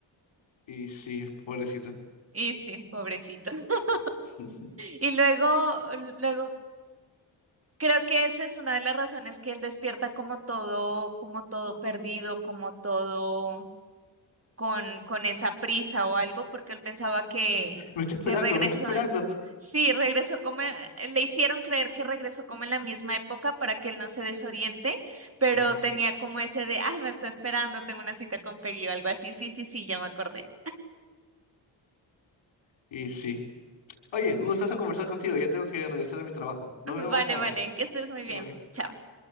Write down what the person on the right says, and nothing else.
Y sí, pobrecito. <laughs>
Y luego, luego Creo que esa es una de las razones que él despierta como todo, como todo perdido, como todo con, con esa prisa o algo, porque él pensaba que,
que regresó.
en- Sí, regresó como, en- le hicieron creer que regresó como en la misma época para que él no se desoriente, pero
tenía como ese de, ay, me está esperando, tengo una cita con Peggy o algo así. Sí, sí, sí, ya me acordé.
<laughs>
Vale,
vale, que estés muy bien.
Chao.